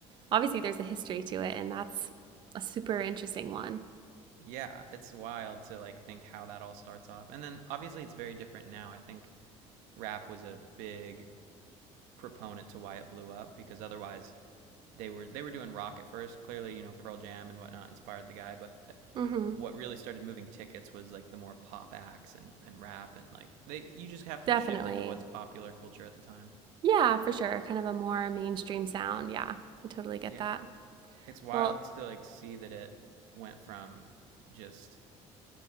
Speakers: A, on the right; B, on the right.
A: obviously there's a history to it and that's a super interesting one.
B: Yeah, it's wild to like think how that all starts off. And then obviously it's very different now. I think rap was a big proponent to why it blew up because otherwise they were they were doing rock at first. Clearly, you know, Pearl Jam and whatnot inspired the guy, but
A: Mhm.
B: what really started moving tickets was like the more pop acts and, and rap and like they you just have to
A: Definitely.
B: shift into what's popular culture at the time.
A: Yeah, for sure. Kind of a more mainstream sound. Yeah. I totally get
B: Yeah.
A: that.
B: It's wild
A: Well,
B: to like see that it went from just